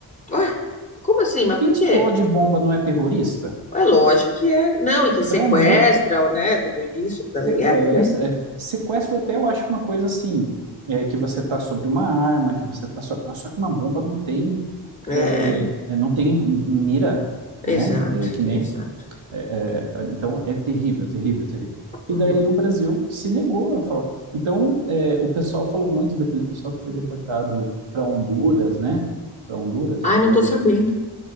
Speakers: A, on the left (about 15°); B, on the right (about 85°).
A: Ué, como assim? Mas
B: Quem
A: por
B: explode
A: quê?
B: bomba não é terrorista?
A: É lógico que é. Não, e quem sequestra,
B: Para mim,
A: né? Tudo isso, para
B: sequestro,
A: mim é também.
B: é, sequestro até eu acho uma coisa assim, é, que você está sobre uma arma, que você está só, só que uma bomba não tem
A: É,
B: é, é, não tem mira,
A: exato,
B: né? É, que nem
A: exato.
B: É, é, então é terrível, terrível, terrível.
A: Uhum.
B: E daí o Brasil se negou a falar. Então é, o pessoal falou muito daquele pessoal que foi deportado para Honduras, né? Para Honduras?
A: Ai,
B: Pra...
A: não tô sabendo.